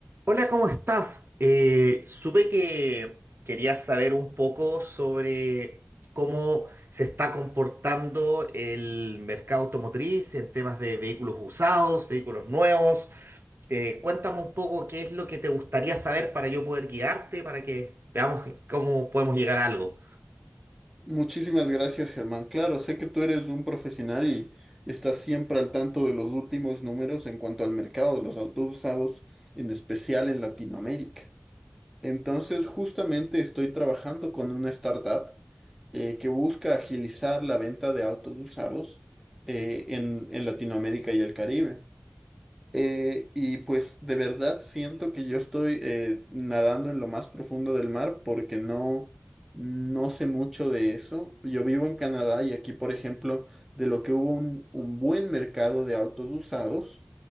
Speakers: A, on the right; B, in the centre.
A: Hola, ¿cómo estás? Eh, supe que querías saber un poco sobre cómo se está comportando el mercado automotriz en temas de vehículos usados, vehículos nuevos. Eh, cuéntame un poco qué es lo que te gustaría saber para yo poder guiarte, para que veamos cómo podemos llegar a algo.
B: Muchísimas gracias, Germán. Claro, sé que tú eres un profesional y estás siempre al tanto de los últimos números en cuanto al mercado de los autos usados, en especial en Latinoamérica. Entonces, justamente estoy trabajando con una startup eh, que busca agilizar la venta de autos usados eh, en, en Latinoamérica y el Caribe. Eh, y pues de verdad siento que yo estoy eh, nadando en lo más profundo del mar porque no, no sé mucho de eso. Yo vivo en Canadá y aquí, por ejemplo, de lo que hubo un, un buen mercado de autos usados,